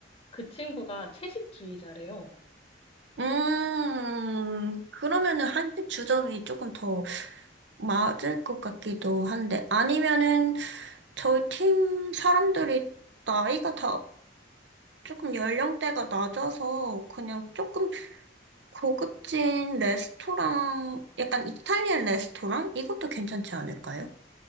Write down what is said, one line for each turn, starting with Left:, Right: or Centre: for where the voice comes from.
Left: 그 친구가 채식주의자래요.
Right: 음, 그러면은 한식 주점이 조금 더 맞을 것 같기도 한데, 아니면은 저희 팀 사람들이 나이가 다 조금 연령대가 낮아서 그냥 조금 고급진 레스토랑, 약간 이탈리안 레스토랑? 이것도 괜찮지 않을까요?